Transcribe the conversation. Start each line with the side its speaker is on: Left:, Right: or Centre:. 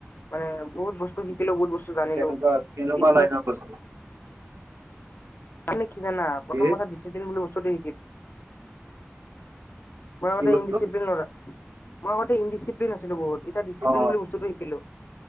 Left: মানে বহুত বস্তু জিকিলো বহুত বস্তু জানিলো
Right: কেনেকুৱা কেনেকুৱা
Left: এই <unintelligible>
Right: লাইনৰ বস্তু
Left: তমি কি জানা প্ৰথম
Right: কি
Left: কথা <unintelligible> বুলি বস্তুতে মই
Right: কি বস্তু
Left: ইডিচিপ্লিন মই ইডিপ্ল <unintelligible> আছিলো বহুত এতিয়া ডিচিপ্লিন
Right: অ
Left: বুলি বস্তুতটো শিকিলো